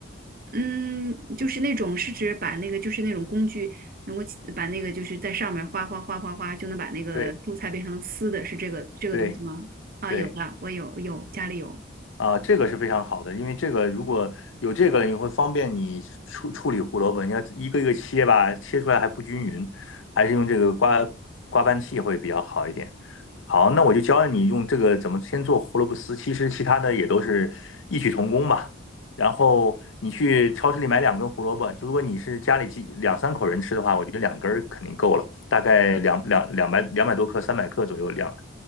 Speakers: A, on the right (about 50°); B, on the left (about 90°).
A: 嗯，就是那种是指把那个就是那种工具能够起把那个就是在上面哗哗哗哗哗就能把那个蔬菜变成丝的，
B: 对
A: 是这个这个东西吗？
B: 对
A: 啊，
B: 对，
A: 有的，我有有家里有。
B: 啊，这个是非常好的，因为这个如果有这个，你会方便你处处理胡萝卜，你要一个一个切吧，切出来还不均匀，还是用这个刮刮拌器会比较好一点。好，那我就教你用这个怎么先做胡萝卜丝，其实其他的也都是异曲同工吧。然后你去超市里买两根胡萝卜，就如果你是家里几两三口人吃的话，我觉得两根儿肯定够了，大概两两两百两百多克、三百克左右两，